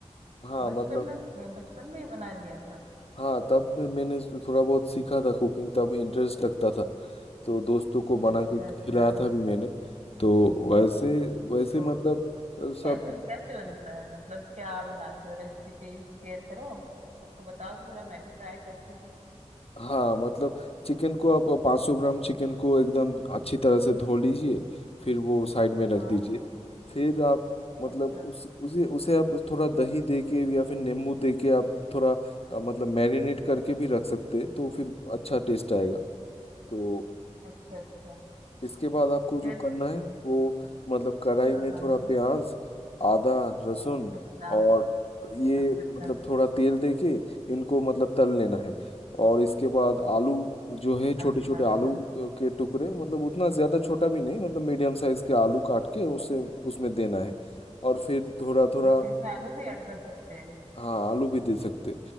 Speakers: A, on the left (about 55°); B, on the right (about 75°).
A: हाँ
B: बचपन
A: मतलब
B: में बचपन में ही बना लिया था
A: हाँ तब भी मैंने थोड़ा बहुत सीखा था कुकिंग तब इंटरेस्ट लगता था तो दोस्तों को बना
B: अच्छा
A: के खिलाया
B: अच्छा
A: था भी मैंने तो वैसे वैसे
B: तो
A: मतलब सब
B: कैसे कैसे बनता है मतलब क्या बनाते हो रेसिपी शेयर करो मेरे को बताओ थोड़ा मैं भी ट्राई करती हूँ
A: हाँ मतलब चिकन को आप 500 ग्राम चिकन को एकदम अच्छी तरह से धो लीजिए फिर वो साइड में रख
B: हाँ
A: दीजिए फिर आप मतलब
B: अच्छा
A: उस उसे उसे आप थोड़ा दही दे के या फिर नींबू दे के आप थोड़ा अ, मतलब मैरिनेट करके भी रख सकते हैं तो फिर अच्छा टेस्ट आएगा तो
B: अच्छा अच्छा
A: इसके बाद आपको
B: फिर
A: जो करना है वो मतलब कढ़ाई
B: हाँ
A: में
B: हाँ
A: थोड़ा
B: जी
A: प्याज आदा लहसुन
B: अच्छा
A: और ये
B: अच्छा अच्छा
A: मतलब थोड़ा तेल देके इनको मतलब तल लेना है और इसके बाद आलू जो है छोटे
B: अच्छा
A: छोटे
B: अच्छा
A: आलू के टुकड़े मतलब उतना ज़्यादा छोटा भी नहीं मतलब मीडियम साइज के आलू काट के उसे उसमें देना है और फिर थोड़ा थोड़ा
B: अच्छा इसमें आलू भी ऐड कर सकते हैं
A: हाँ आलू भी दे सकते